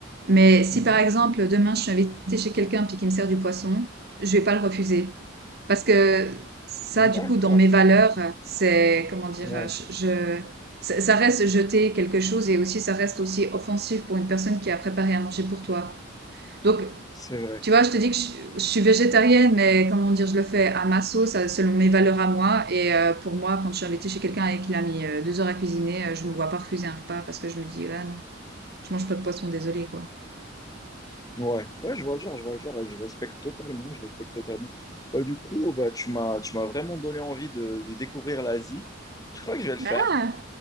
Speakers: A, on the right; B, on the left.
A: Mais si,
B: Mhm.
A: par exemple, demain, je suis invitée chez quelqu'un puis qu'il me sert du poisson, je vais pas le refuser. Parce que ça,
B: D'accord.
A: du coup, dans mes valeurs, c'est, comment dire,
B: Ouais,
A: je, je- ça ça reste jeter quelque chose et aussi, ça reste aussi offensif pour une personne qui a préparé à manger pour toi. Donc,
B: c'est vrai.
A: Tu vois, je te dis que je, je suis végétarienne, mais comment dire, je le fais à ma sauce, à- selon mes valeurs à moi. Et euh, pour moi, quand je suis invitée chez quelqu'un et qu'il a mis euh, deux heures à cuisiner, euh, je me vois pas refuser un repas parce que je me dis, ah non, je mange pas de poisson, désolé quoi.
B: Ouais, ouais, je vois le genre, je vois le genre et je respecte totalement, je respecte totalement. Bah, du coup, bah, tu m'as, tu m'as vraiment donné envie de, de découvrir l'Asie. Je crois que je vais le faire.
A: Ah,